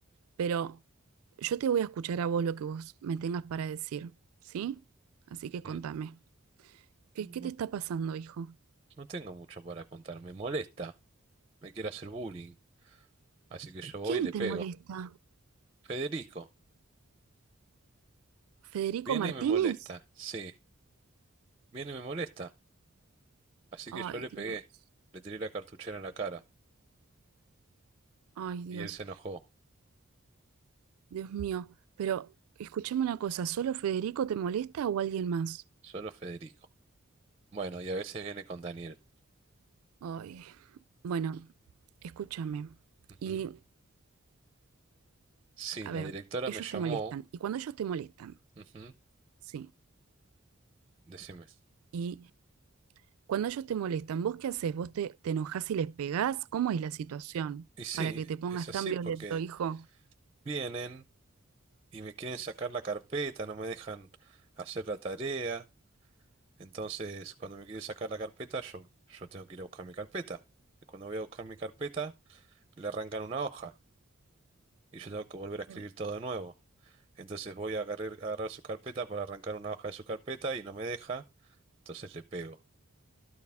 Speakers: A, on the right (about 80°); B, on the right (about 25°).
A: pero yo te voy a escuchar a vos lo que vos me tengas para decir, ¿sí? Así que
B: ¿Mm?
A: contame, ¿qué, qué
B: No,
A: te está pasando, hijo?
B: no tengo mucho para contar, me molesta, me quiere hacer bullying, así que yo voy
A: ¿Quién
B: y le
A: te
B: pego.
A: molesta?
B: Federico.
A: ¿Federico
B: Viene
A: Martínez?
B: y me molesta, sí, viene y me molesta. Así
A: Ay,
B: que yo le
A: Dios,
B: pegué, le tiré la cartuchera en la cara
A: ay, Dios.
B: y él se enojó,
A: Dios mío, pero escúchame una cosa, ¿solo Federico te molesta o alguien más?
B: solo Federico. Bueno, y a veces viene con Daniel.
A: Ay, bueno, escúchame.
B: Ujú.
A: Y,
B: Sí,
A: a
B: la
A: ver,
B: directora
A: ellos
B: me llamó,
A: te molestan. Y cuando ellos te molestan,
B: ujú,
A: sí.
B: Decime.
A: Y cuando ellos te molestan, ¿vos qué haces? ¿Vos te, te enojás y les pegás? ¿Cómo es la situación
B: Y sí,
A: para que te pongas
B: es así
A: tan violento,
B: porque
A: hijo?
B: vienen y me quieren sacar la carpeta, no me dejan hacer la tarea. Entonces, cuando me quieren sacar la carpeta, yo, yo tengo que ir a buscar mi carpeta. Y cuando voy a buscar mi carpeta, le arrancan una hoja y yo tengo que volver a escribir
A: Ay,
B: todo de nuevo. Entonces voy a agarrar, agarrar su carpeta para arrancar una hoja de su carpeta y no me deja. Entonces le pego,